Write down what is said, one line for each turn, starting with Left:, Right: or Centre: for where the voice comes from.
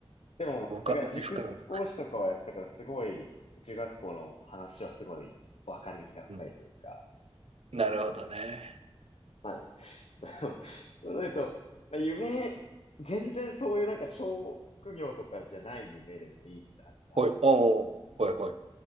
Left: でも、
Right: 僕はあまり深いことない。
Left: だから塾講師とかはやったからすごい、中学校の話はすごい分かりみが深いというか、
Right: うんなるほどね。
Left: まあでも、ちょっとあのそういうの言うと、まあ夢、全然そういうなんか職業とかじゃない夢でもいいのであれば、
Right: ほい、おお、ほいほい。